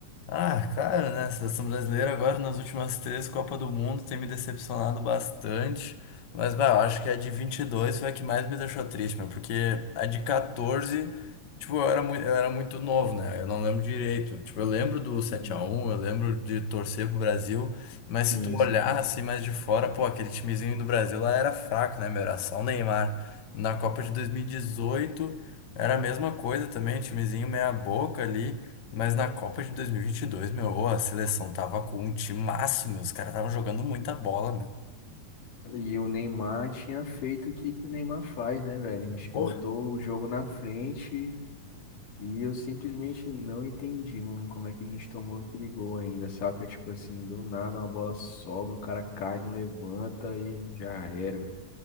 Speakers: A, on the left; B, on the left.
A: Ah, cara, né? A seleção brasileira agora nas últimas três Copas do Mundo tem me decepcionado bastante. Mas, bah, eu acho que a de 22 foi a que mais me deixou triste, meu, porque a de 14, tipo, eu era muito, eu era muito novo, né? Eu não lembro direito. Tipo, eu lembro do sete
B: Sim,
A: a um eu lembro de torcer pro Brasil, mas se
B: sim.
A: tu
B: sim.
A: olhar assim mais de fora, pô, aquele timezinho do Brasil lá era fraco, né, meu? Era só o Neymar. Na Copa de 2018 era a mesma coisa também, timezinho meia boca ali. Mas na Copa de 2022, meu, ô, a seleção tava com um timaço, meu. Os caras estavam jogando muita bola, meu.
B: E o Neymar tinha feito o que que o Neymar faz, né, velho? A gente
A: Porra,
B: botou o jogo na frente e eu simplesmente não entendi, mano, como é que a gente tomou aquele gol ainda, saca? Tipo assim, do nada uma bola sobra, o cara cai, não levanta e já era.